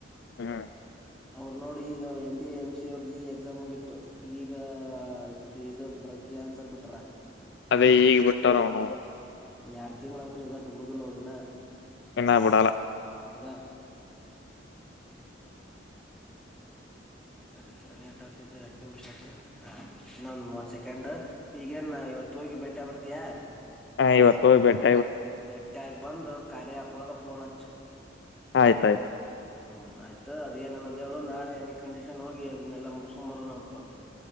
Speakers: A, on the left; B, in the centre.
A: ಹ್ಮ್
B: ಅವರು ನೋಡಿ ಈಗ M B A M C A ಅವ್ರ್ದ ಈ ಎಕ್ಸಾ ಮುಗೀತು ಈಗ. ಕೆಇಎ ಇದು ಬಿಟ್ರಾ ಕಿ ಆನ್ಸರ್ ಬಿಟ್ರಾ.
A: ಅದೇ ಈಗ ಬಿಟ್ಟಾರ. <unintelligible>
B: ಎರಡು ತಿಂಗಳ ಅಂಕೃ ರಿಸಲ್ಟ್ ಬಿಡೋದಿಲ್ಲ ಅವ್ರ ಇನ್ನ.
A: ಎನ್ನ ಬಿಡಾಲ.
B: ಅದ. ದಡ್ಡ ಕಿರಣ ಎಟ ಆತ ಇದ ಎಟ ನಿಮಿಷ ಆತ್ ಹಾ ಇನ್ನೊಂದು ಮೂವತ್ತು ಸೆಕೆಂಡ್ ಈಗೇನ್ ಇವತ್ತು ಹೋಗಿ ಬೆಟ್ಟೆ ಬರ್ತಿಯಾ.
A: ಹಾ ಇವತ್ತು ಹೋಗಿ ಭೇಟಿ.
B: ಬೆಟ್ಟಾಗಿ ಬಂದು. ಕಾರ್ಯ ಆಪ ಒಳಗ ಪೋನ್ ಹಚ್ಚ.
A: ಆಯ್ತಾಯ್ತು.
B: ಹ್ಮ್ ಆಯ್ತು ಅದ ಏನ ಅನ್ನೋದ ಹೇಳ್ ನಾಳೆ ಎನಿ ಕಂಡೀಷನ್ ಹೋಗಿ ಅದನ್ನೆಲ್ಲ ಮುಗಿಸಿಕೊಂಡು ಬರುಣತ್ವ.